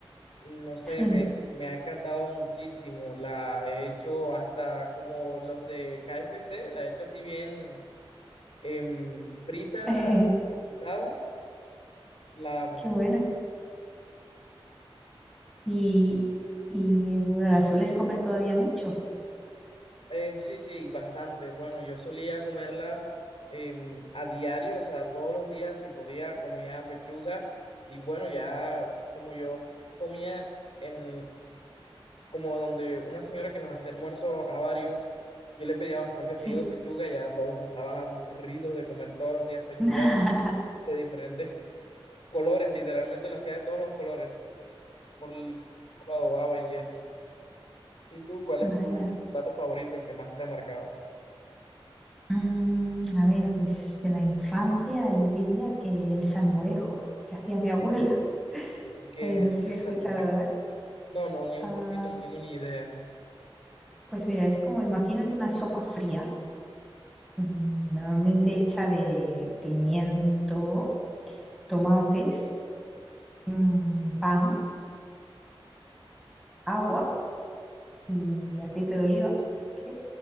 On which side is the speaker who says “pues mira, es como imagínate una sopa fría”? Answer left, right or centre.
Centre